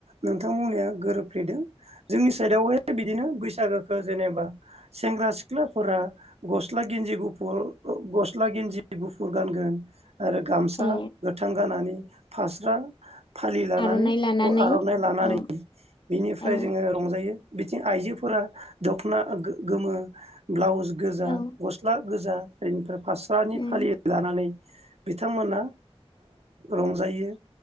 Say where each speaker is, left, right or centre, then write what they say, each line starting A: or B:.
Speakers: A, on the right; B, on the left.
A: नोंथां बुंनाया गोरोबफ्लेदों जोंनि साइडआवहाय बिदिनो बैसागो जेनेबा सेंग्रा सिख्लाफोरा गस्ला गिन्जि गुफुर गस्ला गिन्जि गुफुर गानगोन आरो गामसा
B: औ
A: गाननानै फास्रा फालि लानानै
B: आर'नाइ लानानै
A: आरनाइ लानानै
B: औ
A: बिनिफ्राय
B: औ
A: जोंङो रंजायो बिथिं आइजोफोरा दखना गोमो ब्लाउस गोजा
B: औ
A: गस्ला गोजा ऐनथाब फास्रानि
B: उम
A: फालि लानानै बिथांमोना रंजायो